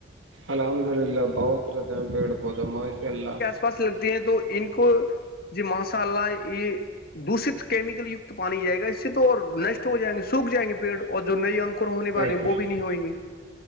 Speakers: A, on the right; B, on the left.
A: الحمد للہ بہتر تمپ ہڈبہود موسی ال
B: س لگتی ہیں تو ان کو یہ ماشاء اللہ یہ دوشت کیمیکل کت پانی جائے گا اس سے تو نشٹ ہو جائیں گے سوکھ جائیں گے پیڑ اور جو نئی اک ہونے
A: بے
B: والے ہیں
A: شک
B: وہ بھی نہیں ہویں گے